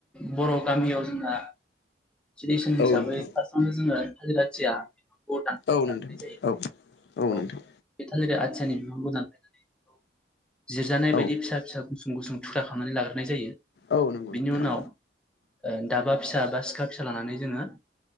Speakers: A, in the centre; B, on the left (about 65°).
A: बर' गामियाव जोंहा ट्रेदिसन हिसै
B: औ नोंथां
A: फार्स्टआवनो जोङो थालिर आथिया बिफांखौ दाननाय
B: औ नोंथां
A: जायो
B: औ।
A: औ
B: नोंथां
A: बे थालिर आथियानि बिफांखौ <unintelligible> औ। जिरजानाय
B: औ
A: बायदि फिसा फिसा गुसुं थुख्रा खामनानै लाग्रोनाय जायो।
B: औ नंगौ नोंथां
A: बिनि उनाव ओ दाबा फिसा बा सिखा फिसा लानानै जोङो